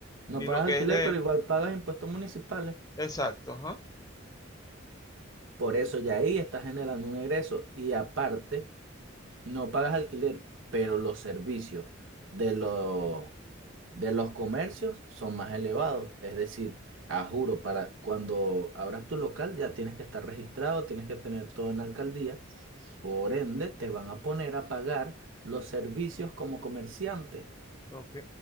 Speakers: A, on the right; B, on the left.
A: No
B: y
A: pagas
B: lo que
A: alquiler,
B: es de,
A: pero igual pagas impuestos municipales.
B: exacto, ajá.
A: Por eso ya ahí estás generando un egreso. Y aparte, no pagas alquiler, pero los servicios de los de los comercios son más elevados. Es decir, a juro, para cuando abras tu local ya tienes que estar registrado, tienes que tener todo en la alcaldía. Por ende, te van a poner a pagar los servicios como comerciante.
B: Ok.